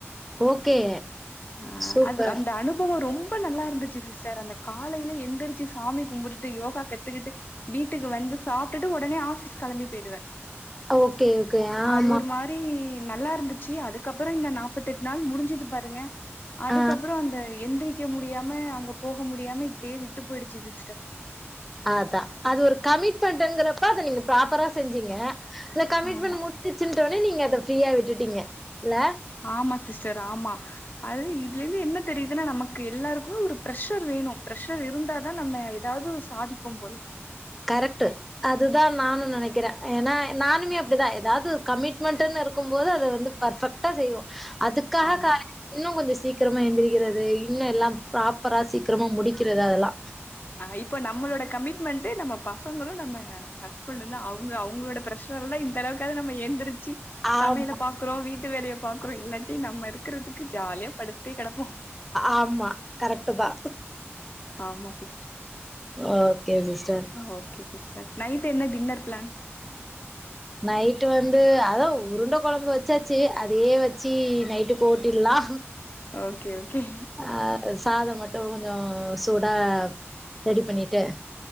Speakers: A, in the centre; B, on the left (about 45°).
A: ஓகே
B: அ
A: சூப்பர்
B: அது அந்த அனுபவம் ரொம் ப நல்லா இருந்துச்சு சிஸ்டர் அந்த காலையில எந்திரிச்சு சாமி கும்புட்டுட்டு யோகா கத்துக்கிட்டு வீட்டுக்கு வந்து சாப்பிட்டுட்டு உடனே ஆபிஸ் கெளம்பி போயிடுவே
A: ஓகே ஓகே ஆமா
B: அது ஒரு மாரி நல்லா இருந்து ச்சி அதுக்கப்புற இந்த நாற்பத்தி எட்டு நாள் முடிஞ்சது பாருங்க அதுக்கப்புற
A: ஆ
B: அந்த எந்திரிக் ரிக்க முடியாம அங்க போக முடியாம இப்டியே விட்டு போயிடுச்சு சிஸ்டர்
A: அதா அது ஒரு கமிட்மெண்ட்டுங்கிறப்ப அத நீங்க ப்ராப்பரா செஞ்சீங்க ல கமிட்மென்ட்டு
B: ஆமா
A: முடி ஞ்ச்சிர்சின்ட்டோனே நீங்க அத ஃப்ரீயா விட்டுட்டீங்க இல்ல
B: ஆமா ஸ்டிஸ்டர் ஆமா அது இதுலேந்து என்னத் தெரியுதுனா நமக்கு எல்லாருக்குமே ஒரு பிரஷர் வேணும் பிரஷர் இருந்தாதான் நம்ம எதாது சாதிப்போம் போல
A: கரெட்டு அதுதா நானு நெனைக்கிற எனா நானுமே அப்டிதா எதாது கமிட் க்மென்ட்டுனு இருக்கும்போது அத வந்து பர்ஃபெக்டா செய்வோ அதுக்காக
B: ஆமா
A: காலை இன்னு கொஞ்சோ சீக்கிரமா எந்திரிகிறது இன்னு எல்லாம் பிராப்பரா சீக்கரமா முடிக்கிறது அதெல்லா
B: அ இப்ப நம்மளோட கமிட்மெண்ட்டு நம்ம பசங்களு நம்ம ஹஸ்பண்ட்டுந்தா அவுங்க அவுங்ளோடப் பிரஷ் டர்ல இந்தளவுக்காது நம்ம எந்திரிச்சி சமையலப்
A: ஆமா
B: பாக் க்றோ வீட்டு வேலயப் பாக்றோ இல்லாட்டி நம்ம இருக்கறதுக்கு ஜாலியா படுத்தே கெடப்போ
A: ஆமா கரெக்ட்டுதா
B: ஆமா sister
A: okay sister
B: okay sister night என்ன டின்னர் பிளான்
A: நைட்டு வந்து அதா உருண்ட கொழம்பு வச்சாச்சி அதையே வச்சி நைட்டுக் ஓட்டில்லா
B: ஓகே ஓகே
A: அ சாதோ மட்டு கொஞ்சோ சூடா ரெடி பண்ணிட்டே